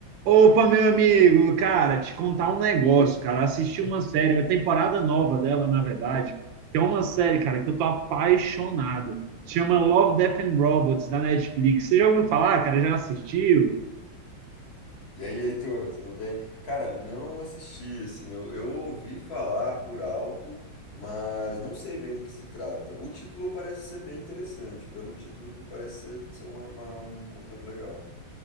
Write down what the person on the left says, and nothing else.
E aí, Heitor, tudo bem? Cara, não assisti, assim, eu, eu ouvi falar por alto, mas não sei bem do que se trata. O título parece ser bem interessante, pelo título parece ser, ser uma- uma- um conteúdo legal.